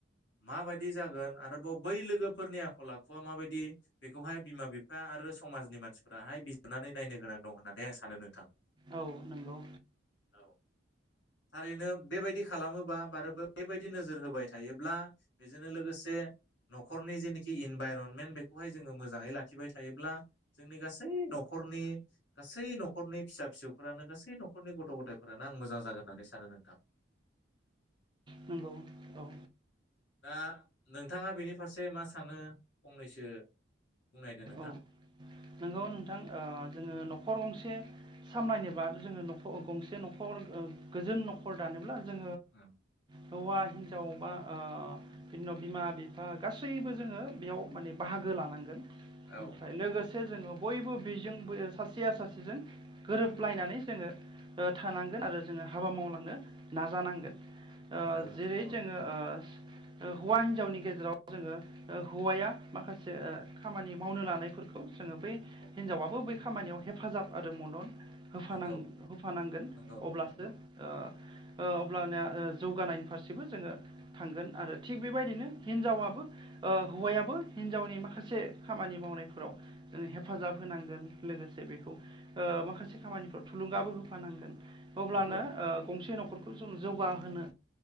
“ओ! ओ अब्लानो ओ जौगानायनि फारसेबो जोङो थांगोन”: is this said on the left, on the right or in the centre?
Right